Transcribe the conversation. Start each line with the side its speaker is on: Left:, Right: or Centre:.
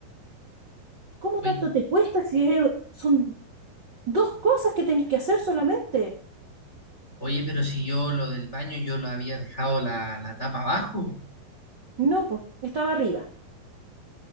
Right: ¿Cómo
Left: Oye,
Right: tanto te cuesta si es- son dos cosas que tenés que hacer solamente?
Left: oye, pero si yo lo del baño, yo lo había dejado la, la tapa abajo.
Right: No, pues estaba arriba.